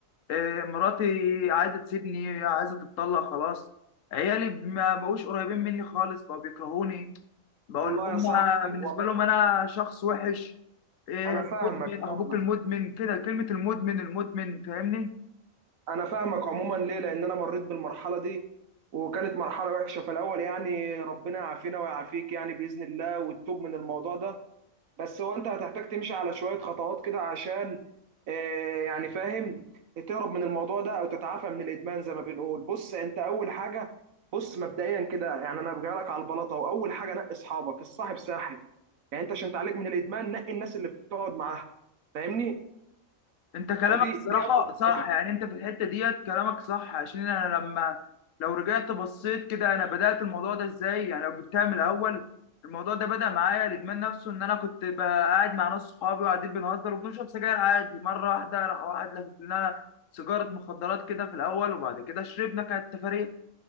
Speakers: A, on the left; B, on the right.
A: إيه، مراتي عايزة تسيبني عايزة تتطلق خلاص عيالي ما بقوش قريبين مني خالص بقوا بيكرهوني بقول
B: والله
A: لهم
B: يا صاحبي
A: بالنسبه
B: والله
A: لهم انا شخص وحش إيه،
B: انا فاهمك
A: مدمن اخبوك
B: فاهمك
A: المدمن كده كلمه المدمن المدمن فاهمني
B: انا فاهمك عموما ليه لان انا مريت بالمرحلة دي وكانت مرحلة وحشة في الاول يعني ربنا يعافينا ويعافيك يعني بإذن الله والتوب من الموضوع ده بس هو انت هتحتاج تمشي على شوية خطوات كده عشان آه، يعني فاهم تهرب من الموضوع ده او تتعافى من الادمان زي ما بنقول بص انت اول حاجة بص مبدئيا كده يعني انا بجي لك على البلاطة واول حاجة نقي اصحابك الصاحب ساحب يعني انت عشان تعالج من الادمان نقي الناس اللي بتقعد معاها فاهمني
A: انت كلامك
B: فدي
A: الصراحه
B: دي اول
A: صح
B: حاجة
A: يعني انت في الحته ديت كلامك صح عشان انا لما لو رجعت بصيت كده انا بدات الموضوع ده ازاي يعني لو جبتها من الاول الموضوع ده بدا معايا الادمان نفسه ان انا كنت بقى قاعد مع ناس صحابي وقاعدين بنهزر وبنشرب سجاير عادي مره واحده راح واحد لفت لنا سيجاره مخدرات كده في الاول وبعد كده شربنا كانت تفاريح